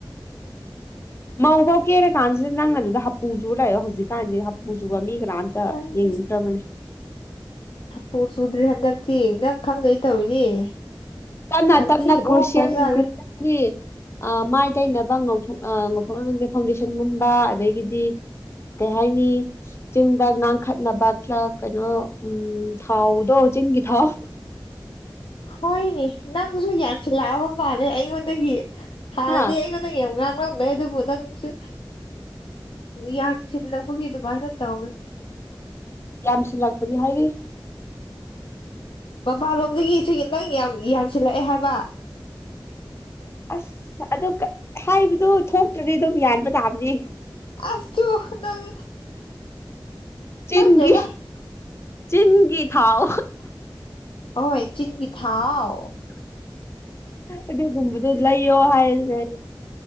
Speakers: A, on the left (about 30°); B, on the left (about 85°).
A: ꯃꯧ ꯐꯧ ꯀꯦꯔ ꯀꯥꯟꯁꯤꯗ ꯅꯪꯅ ꯑꯗꯨꯗ ꯍꯞꯄꯨꯁꯨꯨꯔ ꯂꯩꯥꯛꯑꯣ ꯍꯧꯖꯤꯛꯀꯥꯟꯗꯤ ꯍ ꯍꯥꯄꯨ ꯆꯨꯕ ꯃꯤ ꯀꯥ ꯇ
B: ꯑꯁ
A: ꯌꯦꯡꯅꯤꯡꯗꯕꯅꯤ
B: ꯍꯥꯄꯨ ꯆꯨꯗ꯭ꯔꯔꯤ ꯍꯟꯗꯛꯇꯤ ꯅꯪ ꯈꯪꯗꯣꯏ ꯇꯧꯋꯤꯅꯦ
A: ꯇꯅ
B: ꯌꯥꯝ
A: ꯇꯞꯅ
B: ꯊꯤ ꯑꯣꯈ꯭ꯔꯖꯥꯠꯂꯦ
A: ꯀ꯭ꯔꯔꯤꯁꯟ ꯀ꯭ꯔꯤꯁꯟꯒꯤ ꯑ ꯃꯥꯏ ꯇꯩꯅꯕ ꯉꯧꯊꯣꯛ ꯑ ꯉꯧꯊꯣꯛꯅ ꯐꯥꯎꯟꯗꯦꯁꯟꯒꯨꯝꯕ ꯑꯗꯒꯤꯗꯤ ꯀꯦ ꯍꯥꯏꯥꯏꯅꯤ ꯆꯤꯟꯗ ꯉꯥꯡꯈꯠꯅꯕ ꯈ ꯀꯩꯅꯣ ꯎꯝ ꯊꯥꯎꯗꯣ ꯆꯤꯡꯒꯤ ꯊꯥꯎ
B: ꯍꯣꯏꯅꯦ ꯅꯪꯁꯨ ꯌꯥꯝꯁꯤꯜꯂꯛꯑꯕ ꯃꯥꯜꯂꯦ ꯑꯩꯉꯣꯟꯗꯒꯤ ꯍꯥꯟꯅꯗꯤ
A: ꯍꯥ
B: ꯑꯩꯉꯣꯟꯗ ꯅꯪ ꯌꯥꯝ ꯉꯥꯡꯂꯝꯃꯦ ꯑꯗꯨꯕꯨ ꯅꯪꯁꯨ ꯌꯥꯟꯁꯤꯜꯂꯛꯄꯒꯤ ꯑꯗꯨꯃꯥꯏꯅ ꯇꯧꯋꯦ
A: ꯌꯥꯝꯁꯤꯜꯂꯛꯄꯗꯤ ꯍꯥꯏꯗꯤ
B: ꯃꯄꯥꯟꯂꯣꯝꯗꯒꯤ ꯁꯤꯒꯤ ꯅꯪ ꯌꯥꯝ ꯌꯥꯟꯁꯤꯜꯂꯛꯑꯦ ꯍꯥꯏꯕ
A: ꯑꯁ ꯑꯗꯨ ꯍꯥꯏꯕꯗꯨ ꯊꯣꯛꯇ꯭ꯔꯗꯤ ꯑꯗꯨꯝ ꯌꯥꯟꯕ ꯇꯥꯕꯅꯤ
B: ꯑꯁꯁꯨ ꯅꯪ
A: ꯆꯤꯟꯒꯤ
B: ꯈꯪꯗ꯭ꯔꯦꯗ
A: ꯆꯤꯟꯒꯤ ꯊꯥꯎ
B: ꯍꯣꯏ ꯆꯤꯟꯒꯤ ꯊꯥꯎ
A: ꯑꯗꯨꯒꯨꯝꯕꯗꯣ ꯂꯩꯌꯣ ꯍꯥꯏꯔꯁꯦ